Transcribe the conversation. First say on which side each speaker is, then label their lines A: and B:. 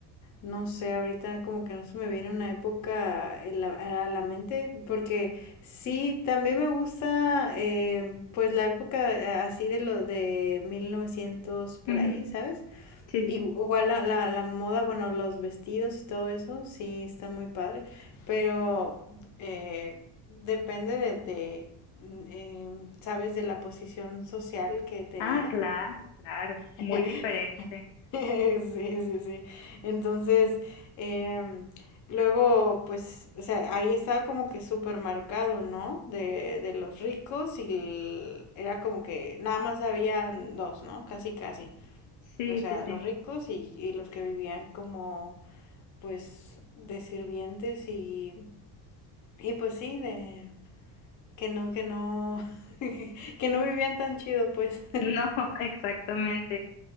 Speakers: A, on the left; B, on the left.
A: no sé, ahorita como que no se me viene una época en la- a la mente, porque sí, también me gusta eh, pues la época eh, así de lo de 1900 por
B: Ujú,
A: ahí, ¿sabes?
B: Sí, sí.
A: Igual la, la, la moda, bueno, los vestidos y todo eso, sí, está muy padre, pero eh, depende de, de, eh, sabes, de la posición social que tenías.
B: Ah, claro, claro. Muy
A: <laughs>
B: diferente.
A: Sí, sí, sí. Entonces, em, luego, pues, o sea, ahí estaba como que súper marcado, ¿no? De, de los ricos y el- era como que nada más habían dos, ¿no? Casi, casi.
B: Sí,
A: O sea,
B: sí, sí.
A: los ricos y, y los que vivían como pues de sirvientes y, y pues sí, de que no, que no, <laughs> que no vivían tan chido pues.
B: No, <laughs> exactamente.